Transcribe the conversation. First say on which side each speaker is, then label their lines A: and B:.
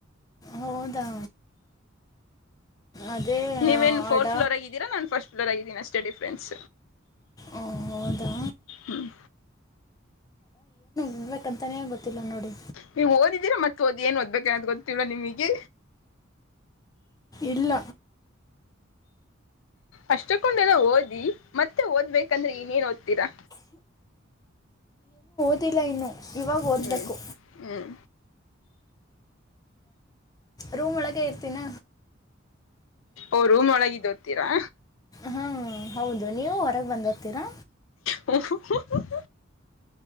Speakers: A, on the left; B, on the left.
A: ಹೌದಾ ಅದೇ
B: ನೀವೇನ್
A: ಆ,
B: ಫೋರ್ತ್
A: ಅಡ
B: ಫ್ಲೋ ಆಗ ಇದೀರಾ ನಾನನ್ ಫಸ್ಟ್ ಎಲ್ಲಾಗೀನಿ ಅಷ್ಟೇ ಡಿಫ್ರೆನ್ಸ್
A: ಆ, ಹೌದಾ
B: ಹ್ಮ್
A: ಅನ್ಬೇಕಂತಲೇ ಗೊತ್ತಿಲ್ಲ ನೋಡಿ
B: ನೀವ್ ಓದಿದ್ದೀರಾ ಮತ್ತತ್ ಓದಿ ಏನ್ ಓದ್ಬೇಕ ಅಂತ ಗೊತ್ತಿಲ್ವಾ ನಿಮಗೆ
A: ಇಲ್ಲ
B: ಅಷ್ಟಕ್ಕೊಂಡೆಲ್ಲ ಓದಿ ಮತ್ತೆ ಓದ್ಬೇಕಂದ್ರೆ ಇನೇನ್ ಓದ್ತೀರಾ
A: ಗೊತ್ತಿಲ್ಲ ಇನ್ನು ಇವಾಗ ಓದಬೇಕು
B: ಹ್ಮ್ ಹ್ಮ್
A: ರೂಮ್ ಒಳಗ ಇರ್ತೀಿನ
B: ಓ ರೂಮ್ ಒಳಗಿದ್ದ ಒತಿಎರಾ
A: ಹಾ ಹೌದು ನೀವು ಹೊರಗೆ ಬಂದ ಹೋಗ್ತೀರಾ
B: ಹಮ್ ಹಮ್